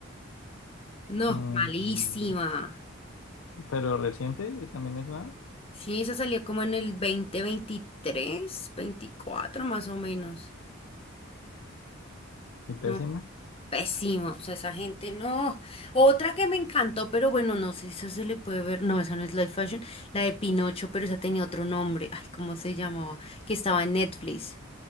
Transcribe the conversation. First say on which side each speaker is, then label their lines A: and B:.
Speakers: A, on the left; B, on the left.
A: No,
B: Mm,
A: malísima.
B: Pero reciente también es nueva
A: Sí, esa salió como en el dos mil veintitrés, veinticuatro, más o menos.
B: y pésima.
A: No, pésimo. O sea, esa gente no. Otra que me encantó, pero bueno, no sé si esa se le puede ver. No, esa no es live fashion. La de Pinocho, pero esa tenía otro nombre. Ay, ¿cómo se llamaba? Que estaba en Netflix.